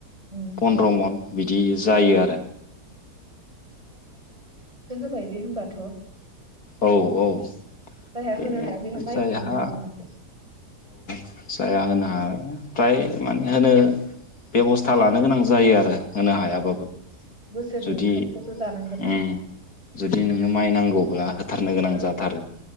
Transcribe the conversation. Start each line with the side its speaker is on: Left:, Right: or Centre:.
Right: उम
Left: फन्द्र मन बिदि जायो आरो
Right: बायदि हमबाथ'
Left: औ औ
Right: जायहा
Left: बे
Right: होनो हाया बेहा
Left: जायहा
Right: माइखौनो मोननाय नङा माथो
Left: जायहा होनो हाया फ्राय माने होनो बेबस्था लानो गोनां जायो आरो। होनो हायाबाबो
Right: औ बोसोरनि
Left: जुदि
Right: ओंखामखौथ' जानांगोन
Left: उम
Right: ना
Left: जुदि नोंनो माइ नांगौब्ला होथारनो गोनां
Right: औ
Left: जाथारो